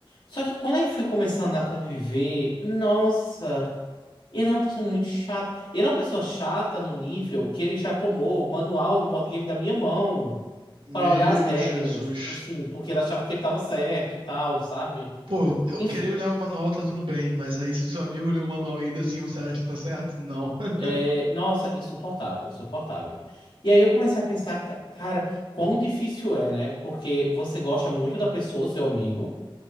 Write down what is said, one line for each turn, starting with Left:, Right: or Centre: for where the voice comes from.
Left: Só que quando ele foi começando a conviver, nossa, ele é uma pessoa muito chata. Ele é uma pessoa chata no nível que ele já tomou manual de board game da minha mão
Right: Meu
Left: para olhar as regras,
Right: Jesus.
Left: tipo assim, porque ele achava que ele tava certo e tal, sabe?
Right: Pô, eu
Left: Isso,
Right: queria olhar o manual, tá tudo bem, mas aí se o seu amigo leu o manual e ainda assim você acha que tá certo? Não. <laughs>
Left: é, nossa, insuportável, insuportável. E aí eu comecei a pensar, ca- cara, quão difícil é, né? Porque você gosta muito da pessoa, seu amigo,